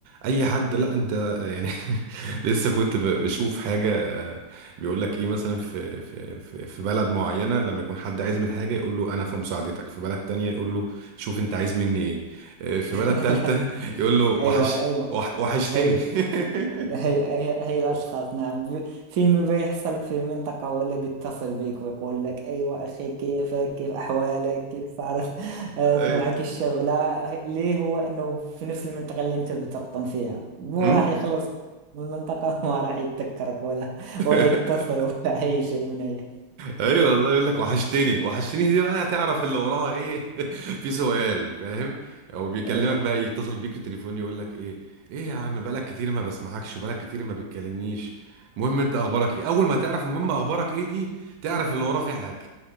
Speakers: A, on the right; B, on the right.
A: اي حد لا انت آه، يعني <laughs> لسه كنت ب- بشوف حاجة آه، بيقول لك ايه مثلا في في في في بلد معينة لما يكون حد عايز من حاجة يقول له انا في مساعدتك في بلد تانية يقول له شوف انت عايز مني ايه آه، في
B: <laughs>
A: بلد تالتة <laughs> يقول له وحش
B: أيوة أيوة
A: وح- وحشتني
B: هي
A: <laughs>
B: هي هي هي الأشخاص نعم ب- فيلم بيحصل في منطقة ولا بيتصل بيك ويقول لك أيوة أخي كيفك كيف أحوالك كيف صارت <laughs> آه،
A: أي-
B: معك الشغلة هي- ليه هو أنه في نفس المنطقة اللي أنت بتقطن فيها مو
A: مم.
B: راح يخلص من المنطقة <laughs> وما راح يتذكرك ولا
A: <laughs>
B: ولا يتصل <laughs> ولا أي شيء من أي
A: ايوه والله يقول لك وحشتني وحشتني دي بقى هتعرف اللي وراها ايه <laughs> في سؤال فاهم او بيكلمك
B: أيوة
A: بقى يتصل بيك في التليفون يقول لك ايه ايه يا عم بقالك كتير ما بسمعكش بقالك كتير ما بتكلمنيش المهم انت اخبارك ايه اول ما تعرف المهم اخبارك ايه دي تعرف اللي وراه في حاجه